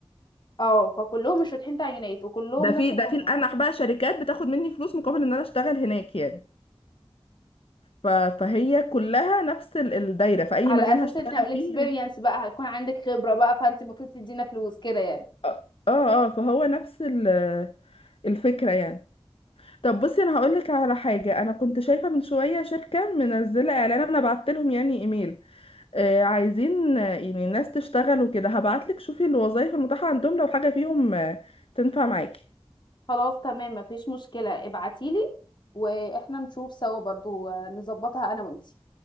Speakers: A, on the left; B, on the left.
A: اه فكلهم مش فاتحين تعيينات وكلهم
B: ده
A: نفس
B: في
A: الموضوع
B: ده في الانح بقى شركات بتاخد مني فلوس مقابل ان انا اشتغل هناك يعني ف... فهي كلها نفس ال- الدايره في اي
A: على
B: مكان
A: اساس
B: هشتغل
A: ان الاكسبيرينس
B: فيه
A: بقى هيكون عندك خبره بقى فانت المفروض تدينا فلوس كده يعني
B: اه اه فهو نفس ال... الفكره يعني طب بصي انا هقول لك على حاجه انا كنت شايفه من شويه شركه منزله اعلان انا بعت لهم يعني ايميل آه عايزين آه، يعني ناس تشتغل وكده هبعت لك شوفي الوظايف المتاحه عندهم لو حاجه فيهم آه، تنفع معاكي
A: خلاص تمام مفيش مشكله ابعتيلي واحنا نشوف سوا برضو آه، نظبطها انا وانتي